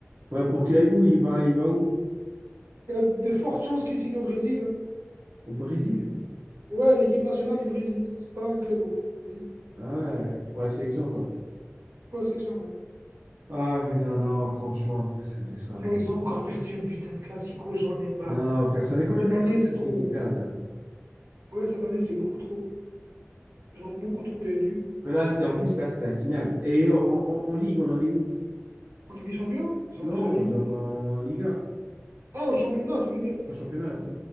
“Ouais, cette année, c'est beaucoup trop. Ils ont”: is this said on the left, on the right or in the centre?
Right